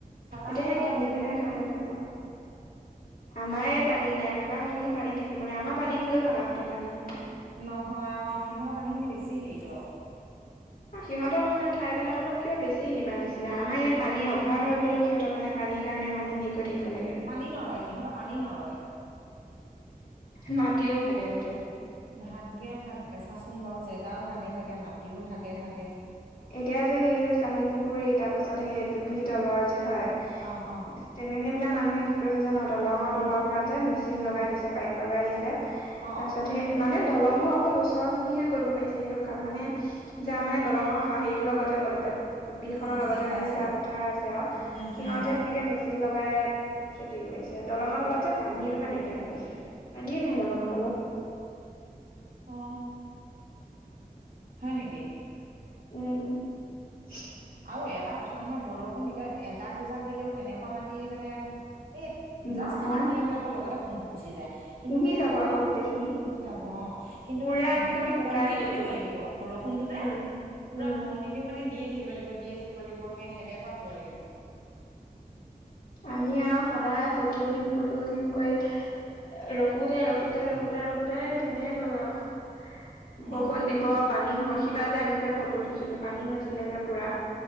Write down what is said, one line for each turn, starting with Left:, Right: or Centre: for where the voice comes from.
Right: কাকাহঁতৰ
Left: এতিয়াহে
Right: এবাৰ
Left: কিনিলেহে
Right: ৰুলে নে
Left: খাবলৈ
Right: নাই
Left: পোৱা। আমাৰে পানী নাই কাকাহতৰনো পানী থাকিব নাই আমাৰ পানী হ'লেও কাকাহতত পানী নহয়।
Right: নহয় অ, সিহঁতৰ পানীখিনি বেছি হেৰি দ।
Left: সিহঁতৰ মানে ঠাইবিলাক অলপ কিবা বেছি কিবা নিচিনা আমাৰ ইয়াত পানী অভাৰ হৈ গ'লেও সিহঁতৰ মানে পানীৰ কাৰণে মানুহ হেৰি কৰি থাকিব লাগে।
Right: পানী নৰয় সিহঁত পানী নৰয়।
Left: মাটিও ভাগে - ভাগে।
Right: ভাগে-ভাগে, চাচোন বাৰু জেগাও ভাগে - ভাগে মাটিও ভাগে-ভাগে।
Left: এতিয়া যে সেই যে চাহি পুখুৰী তাৰপাছত সেই ডুভি তলৰ যে হয়।
Right: অ', অ',
Left: তেনে সেইবিলাক মানুহে কি কৰিছে জানো দলঙৰ
Right: কি
Left: তলৰ পৰা যে মেচিন লগাই
Right: অ
Left: দিছে পাইপ লগাই দিছে।
Right: অ
Left: তাৰপাছতহে মানে দলঙৰ অকল ওচৰৰ খিনিহে কৰিব পাৰিছে সেইটো কাম মানে যাৰ মানে দলঙৰ হা হেৰিটোৰ লগতে- লগতে বিল খনৰ
Right: বুজি
Left: লগতে
Right: পাইছো
Left: মানে যাৰ পথাৰ আছে আৰু
Right: উম,
Left: সিহঁতে
Right: উম,
Left: সেনেকে মিস মেচিন লগাই খেতি কৰিছে দলঙৰ তলত যে পানী এটোপা নাইকিয়া হৈ গৈছে। পানীয়ে নাই দলঙৰ তলত।
Right: অ, হয় নেকি?
Left: উম,
Right: আৰু এটা কথা নহয় বৰষুণ এতিয়া এজাক দুজাক দিলেও তেনেকুৱা মাটি মানে এই জাষ্ট
Left: নহয়
Right: পানীকণ লৈ পেলাই আকৌ লগতে শোঁহ - শোঁহ গুচি যায় কিন্তু
Left: পুহি
Right: মানে
Left: যাব
Right: একেবাৰে
Left: আকৌ গোটেইখিনি
Right: লয় যাব অ, কিন্তু
Left: পুৰা
Right: মানে
Left: একদম
Right: একে
Left: শুকাই
Right: কণ্টিনিউ
Left: গ'লতো
Right: দিব লাগিব। বৰষুণটো যে,
Left: উম
Right: পুৰা
Left: উম
Right: কণ্টিনিউ মানে দিয়ে থাকিব লাগ দে থাকিব লাগিব সে সেনেকুৱা হ'ব লাগিব।
Left: আমি আৰু সদায় ফটো উঠিম - ফটো উঠিম কৰি। ৰখোতে- ৰখোতে - ৰখোতে -ৰখোতে দিনে গ'ল আৰু।
Right: অ
Left: বৰষুণ দিব পানী হ'ব সিবা যে আমি যে ফটো উঠিছিলো পানী হৈছিলে যে পুৰা।